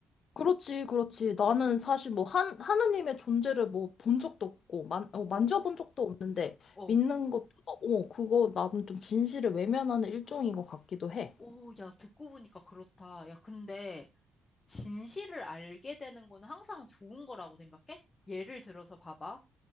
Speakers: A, on the left; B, on the left.
A: 그렇지, 그렇지. 나는
B: 음.
A: 사실 뭐, 한, 하느님의 존재를 뭐, 본 적도 없고, 만, 어,
B: 오,
A: 만져본 적도 없는데,
B: 어,
A: 믿는 것도, 어, 그거 나는 좀 진실을 외면하는 일종인
B: 헉,
A: 것 같기도 해.
B: 오, 야, 듣고 보니까 그렇다. 야, 근데 진실을 알게 되는 거는 항상 좋은 거라고 생각해? 예를 들어서 봐봐.